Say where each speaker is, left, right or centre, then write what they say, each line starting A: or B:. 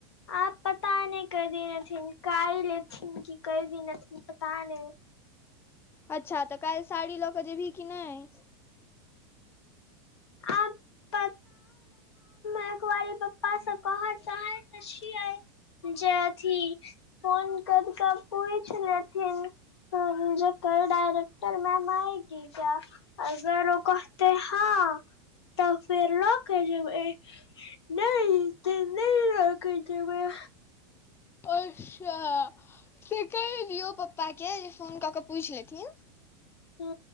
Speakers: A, on the left; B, on the left.
A: आब पता नहि कई दिन एथिन कायल एथिन कि कई दिन एथिन पता नहि।
B: अच्छा तऽ काइल साड़ी लऽ क जेभी की नहि।
A: अब प एक बारी पप्पा से कहऽ चाहय छीये जे अथी फोन कर कऽ पुइछ लेथिन जे कल डायरेक्टर मैम आयेगी क्या। अगर ओ कहते हँ तऽ फेर ल के जेबय। नइ तऽ नइ लऽ कऽ जेबय।
B: अच्छा से कही दीयो पप्पा के जे फोन कऽ के पूछि लेथिन।
A: हू